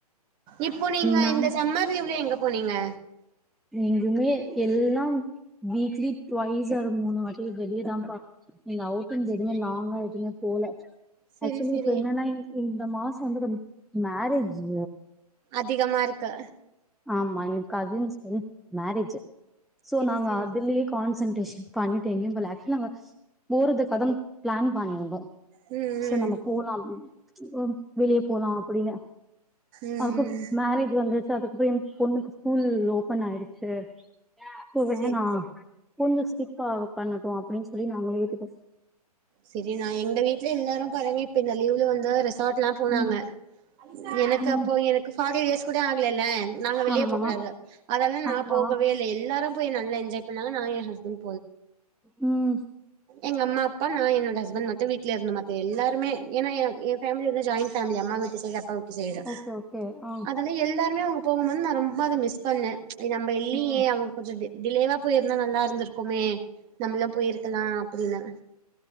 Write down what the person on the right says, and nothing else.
இப்போ நீங்க
இந்த சம்மர் லீவ்ல எங்க போ நீங்க
செரி
செரி
அதிகமா இருக்கு
செரி
செரி
ம் ம்
ம்
செரி
சரி நா எங்க வீட்ல எல்லாரு பாருங்க இப்ப இந்த லீவு்ல வந்து ரெசார்ட் போனாங்க
எனக்கு
அப்போ எனக்கு பாடி எஸ் கூட ஆகலல்ல நாங்க வெளிய
போகூடாதா அதாது நா
போகவேல்ல எல்லாரு போய் நல்ல என்ஜாய் பண்ணாங்க நா ஏ ஹஸ்பண்
எங்கம்மாப்பா நா என்னோட ஹஸ்பண் மட்டு வீட்ல இருந்தோ மத்த எல்லாருமே ஏனா ஏ எ ஃபேம்லி வந்து ஜாய்ன் ஃபேம்லி அம்மா மட் திசுங்கப் அவ்ன்வீட்டு சைடு
அதல எல்லாருமே அவுங்க போகுமோது நா ரொம் அத மிஸ் பண்ணே இது நம்ப இல்லியே
அவுங்க கொஞ்ச டி டிலேவா போய்ர்ந்தா நல்லாருந்திருக்குமே நம்ளா போயிருக்குலா அப்டின்னு